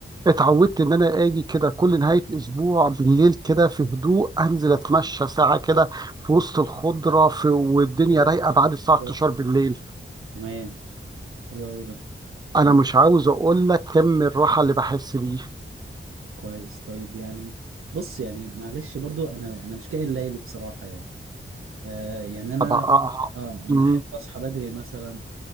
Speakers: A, on the right; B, on the right.
A: اتعودت
B: حلو
A: إن أنا آجي كده كل نهاية أسبوع بالليل كده في هدوء أنزل أتمشى ساعة كده في وسط الخضرة في والدنيا
B: إيه،
A: رايقة بعد الساعة
B: حلو
A: 12
B: أوي.
A: بالليل
B: تمام حلو قوي ده
A: أنا
B: تمام
A: مش عاوز أقول لك كم الراحة اللي بحس بيه
B: كويس طيب يعني بص يعني معلش برضو انا انا مش كاين ليلي بصراحه يعني آه يعني انا
A: أبقى آه
B: اه
A: مم،
B: انا احب اصحى بدري مثلا